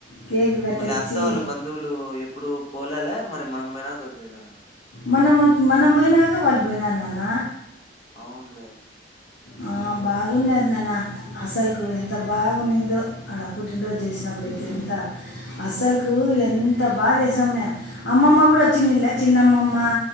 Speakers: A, on the left; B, on the left.
A: కేకు కత్తిరించి
B: లేత్త వాళ్ళ బంధువులు ఎప్పుడు పోలాలా మరి మనంపైనార్సినన్నారు
A: మనం మనం పోయినాక వాళ్ళు పోయిన నాన్న
B: అవునులే.
A: ఆ,
B: హ్మ్.
A: బాగున్నది నాన్న అసలుకు ఎంత బాగున్నిందో అడ పుట్టినరోజు చేసినప్పుడైతే ఎంత అసలుకు
B: అవ్
A: ఎంత అంత బా చేసినాము అమ్మమ్మ కూడా వచ్చిందిలే చిన్నమ్మమ్మ